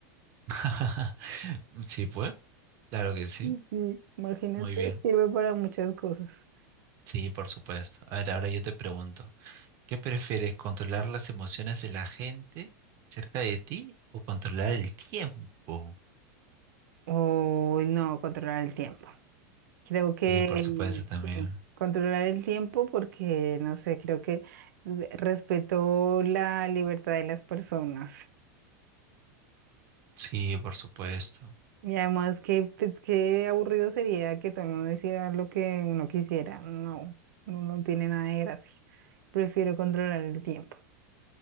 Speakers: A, on the right; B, on the right.
A: <laughs> Sí, pues. Claro que sí.
B: Mm, Sí, imagínate,
A: Muy bien.
B: sirve para muchas cosas.
A: Sí, por supuesto. A ver, ahora yo te pregunto, ¿qué prefieres, controlar las emociones de la gente cerca de ti o controlar el tiempo?
B: Uy, no, controlar el tiempo. Creo que
A: Y por supuesto también.
B: mm, controlar el tiempo porque, no sé, creo que respeto la libertad de las personas.
A: Sí, por supuesto.
B: Y además, qué, pe- qué aburrido sería que todo el mundo hiciera lo que uno quisiera. No, no, no tiene nada de gracia. Prefiero controlar el tiempo.